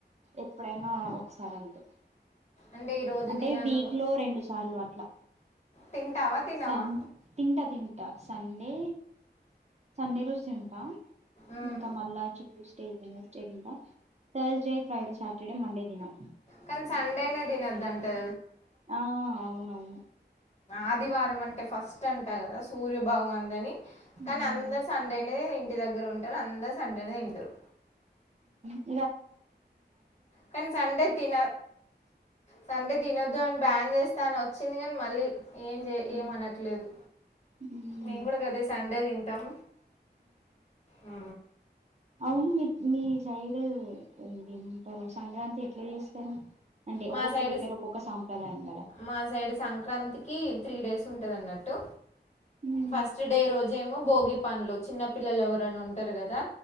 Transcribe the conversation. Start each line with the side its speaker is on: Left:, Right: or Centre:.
Right: ఎప్పుడైనా ఒకసారి అంతే
Left: అంటే ఈరోజు
Right: అంటే
Left: తినను
Right: వీక్ లో రెండు సార్లు అట్లా
Left: తింటావా తినవా
Right: సన్ తింటా తింటా సండే సండే రోజు తింటా
Left: మ్మ్.
Right: ఇంకా మళ్ళా చూస్త డే వెడ్నెస్డే తింటాం తథర్స్డే, ఫ్రైడే, సాటర్డే, మండే తినం.
Left: కానీ సండేనే తినొద్దంటే
Right: ఆ అవున అవును
Left: ఆదివారం అంటే ఫస్ట్ అంటా కదా సూర్యభగవానుడు అని
Right: ఉమ్
Left: కానీ అందరు సండే అనేది ఇంటి దగ్గర ఉంటారు అందరు సండే అనేది తింటారు.
Right: హ
Left: కానీ సండే తిన సండే దిన దాని బ్యాన్ చేస్తా అని వచ్చింది కానీ మళ్ళీ ఏం చే
Right: ఉమ్
Left: ఏం అనట్లేదు
Right: ఉమ్
Left: మేము కూడా గదే సండే తింటాం. అ
Right: అవును మీ మీ సైడ్ ఇదేమంటారు సంక్రాంతి ఎట్లా చేస్తారు? అంటే
Left: మా
Right: ఒక్కొక్క
Left: సైడ్
Right: దగ్గర ఒక్కొక్క సాంప్రదాయం కదా
Left: మా సైడ్ సంక్రాంతికి త్రీ డేస్ ఉంటు ఉందన్నట్టు
Right: ఉమ్
Left: ఫస్ట్ డే రోజ ఏమో భోగి పంలు చిన్న పిల్లలు ఎవరు ఎవరైన ఉంటారు కదా